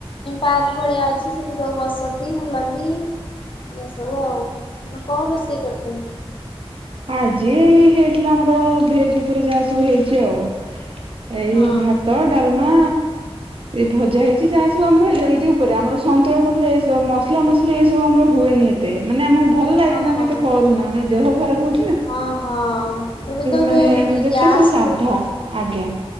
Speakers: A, on the left (about 55°); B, on the right (about 60°).
A: ପାର୍କ ଭଳିଆ ଅଛି ସେଠି ସବୁ ବସନ୍ତି ବୁଲନ୍ତି ଇ ସବୁ ଆଉ ଆପଣ କଣ ରୋଷେଇ କରିଛନ୍ତି।
B: ଆଜି ହେଇଥିଲା ଆମର ଭେଜ ଉପରେ ଯା ସବୁ ହେଇଛି ଆଉ ଏଇ
A: ହଁ
B: ଭାତର ଡାଲ ମା ଏ ଭଜା ହେଇଛି ଯାହା ସବୁ ଆମର ହେଲ୍ଦି ଉପରେ ଆମର ସନ୍ତୁଳା ଫନ୍ତୁଳା ଏସବୁ ମସଲା ମସଲି ଏସବୁ ଆମର ହୁଏନି ଏତେ ମାନେ ଆମ ଭଲ ଲାଗେନ
A: ଓହୋ
B: ଆମେ ଏ ତ କରୁନା ଆମ ଦେହ ଖର ବହୁ
A: ହଁ ହଁ ଏବେ ତ
B: ମାନେ
A: ଏବେ
B: ଆମେ
A: ଗ୍ୟା
B: ଯେତେ ସବୁ ସାଧା
A: ପ୍ରବ୍ଲେମ୍।
B: ଆଜ୍ଞା